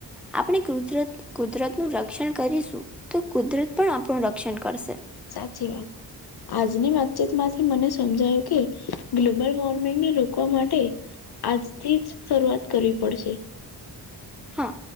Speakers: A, in the centre; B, on the left.
A: આપણે કુદરત કુદરત નું રક્ષણ કરીશું તો કુદરત પણ આપણું રક્ષણ કરશે.
B: સાચી વાત આજની વાતચીત માંથી મને સમજાયું કે ગ્લોબલ વોર્મિંગને રોકવા માટે આજથી જ શરૂઆત કરવી પડશે
A: હા